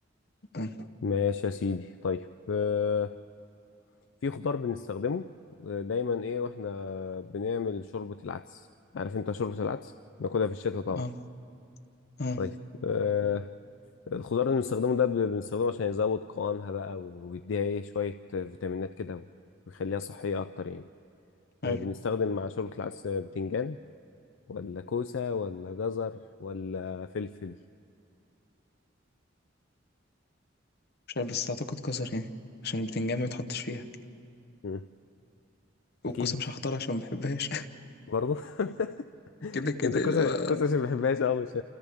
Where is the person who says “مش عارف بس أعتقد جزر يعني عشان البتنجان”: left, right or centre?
Left